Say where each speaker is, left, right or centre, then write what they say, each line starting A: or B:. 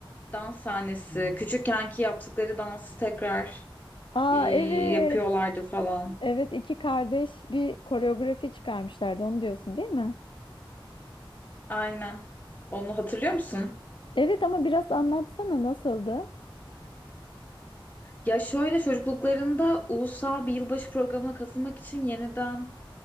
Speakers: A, on the left; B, on the left.
A: dans sahnesi. Küçükkenki yaptıkları dansı tekrar
B: Aa
A: e,
B: evet.
A: yapıyorlardı falan.
B: Evet iki kardeş bir koreografi çıkarmışlardı onu diyorsun değil mi?
A: Aynen. Onu hatırlıyor musun?
B: Evet ama biraz anlatsana nasıldı?
A: Ya şöyle çocukluklarında ulusal bir yılbaşı programına katılmak için yeniden